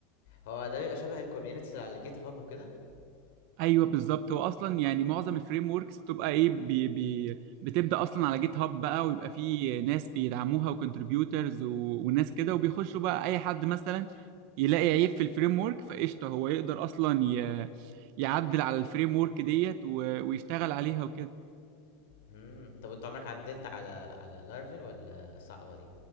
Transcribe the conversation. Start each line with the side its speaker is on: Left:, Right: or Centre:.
Left: هو ده بيبقى شبه الcommunities اللي على GitHub وكده؟
Right: ايوه بالظبط هو اصلا يعني معظم الفريم وركس بتبقى ايه بي بي بتبدا اصلا على جيت هاب بقى ويبقى فيه ناس بيدعموها وكونتريبيوترز وناس كده وبيخشوا بقى اي حد مثلا يلاقي عيب في الفريم ورك فقشطه هو يقدر اصلا ي- يعدل على الفريم ورك ديت و- ويشتغل عليها وكده
Left: إمم، طب وأنت عمرك عدّلت على على Laravel والّا صعبة دي؟